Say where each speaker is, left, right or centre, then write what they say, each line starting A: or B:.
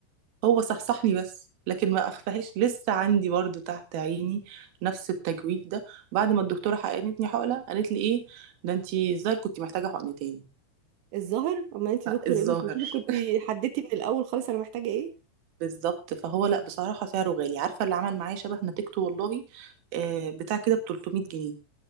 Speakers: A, on the right; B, on the right.
A: هو صحصحني بس لكن ما اخفهاش لسه عندي برضو تحت عيني نفس التجويف ده بعد ما الدكتوره حقنتني حقنه قالت لي ايه ده انتي الظاهر كنت محتاجه حقنتين
B: الظاهر اما انت
A: <laughs>
B: دكتور
A: الظاهر
B: ايه مش المفروض <laughs> كنت حددتي من الاول خالص انا محتاجه ايه
A: بالظبط فهو لا بصراحة سعره غالي عارفة اللي عمل معايا شبه نتيجته والله آه، بتاع كده ب 300 جنيه